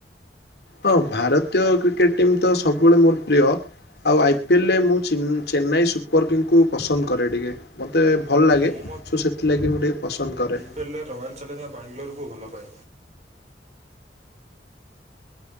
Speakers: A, on the left; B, on the right.
A: ହଁ ଭାରତୀୟ କ୍ରିକେଟ ଟିମ୍ ତ ସବୁବେଳେ ମୋର ପ୍ରିୟ ଆଉ ଆଇ ପିଏଲେ ମୁଁ ଚେନ୍ନାଇ ସୁପର କିଙ୍ଗକୁ ପସନ୍ଦ କରେ ଟିକେ। ମତେ ଭଲ ଲାଗେ
B: ମୁଁ
A: ସୋ ସେଥିଲାଗି ମୁଁ ଟିକେ ପସନ୍ଦ କରେ।
B: ପିଲା ରୟାଲ୍ ଚାଲେଞ୍ଜର ବାଙ୍ଗାଲୋରକୁ ଭଲ ପାଏ।